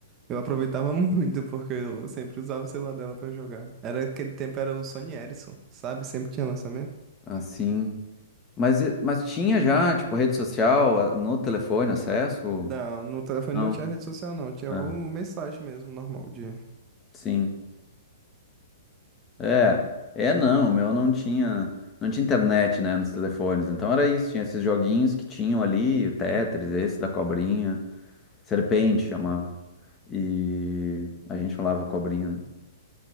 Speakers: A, on the right (about 25°); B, on the left (about 20°).
A: Eu aproveitava <laughs> muito porque eu sempre usava o celular dela pra jogar. Era aquele tempo era o Sony Ericsson, sabe? Sempre tinha lançamento.
B: assim, mas, e- mas tinha já, tipo, rede social ah, no telefone, acesso?
A: Não, no telefone
B: Não.
A: não tinha rede social não, tinha
B: Ah,
A: o mensagem mesmo normal de.
B: sim. É, é não, o meu não tinha, não tinha internet, né, nos telefones, então era isso, tinha esses joguinhos que tinham ali, o Tetris, esse da cobrinha, Serpente chamava, e a gente falava cobrinha, né?